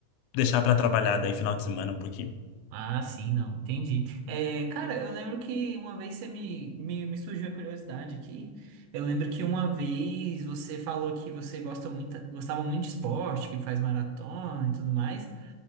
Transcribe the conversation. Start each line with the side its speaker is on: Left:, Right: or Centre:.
Left: deixar pra trabalhar daí final de semana um pouquinho.
Right: Ah, sim, não, entendi. É, cara, eu lembro que uma vez você me, me, me surgiu a curiosidade aqui. Eu lembro que uma vez você falou que você gosta muito, gostava muito de esporte, que faz maratona e tudo mais.